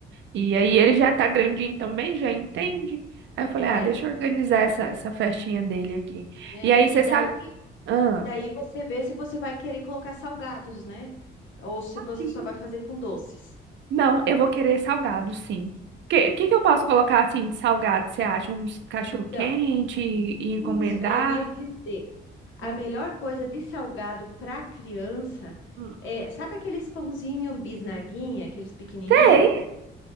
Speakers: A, on the right (about 65°); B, on the left (about 75°).
A: E aí ele já tá grandinho também, já entende. Aí eu falei, ah,
B: é,
A: deixa eu organizar essa, essa festinha dele aqui.
B: é,
A: E aí
B: e
A: você
B: daí,
A: sabe. Ah,
B: daí você vê se você vai querer colocar salgados, né? Ou se você
A: sim.
B: só vai fazer com doces.
A: não, eu vou querer salgado, sim. Que, que que eu posso colocar assim de salgado? Você acha? Uns cachorro-quente
B: Então,
A: e, e encomendar?
B: isso, é, eu ia dizer. A
A: Hum,
B: melhor coisa de salgado para criança
A: hum.
B: é, sabe aqueles pãozinho bisnaguinha, aqueles pequenininho?
A: Sei,